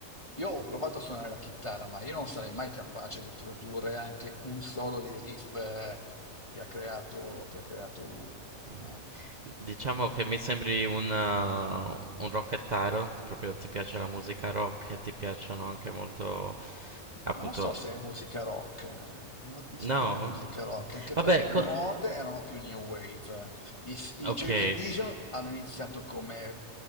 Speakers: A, on the left; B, on the right.
A: Io ho provato a suonare la chitarra, ma io non sarei mai capace di produrre anche un solo dei riff eh, che ha creato, che ha creato lui.
B: Mm.
A: eh.
B: Diciamo che mi sembri un, uh, un rockettaro, proprio ti piace la musica rock e ti piacciono anche molto, appunto,
A: Non lo so se è musica rock, eh, non la considererei
B: no?
A: musica rock, anche
B: Vabbè,
A: perché i
B: co-
A: New Order erano più New Wave. I, i
B: ok,
A: Joy Division
B: s-
A: hanno iniziato come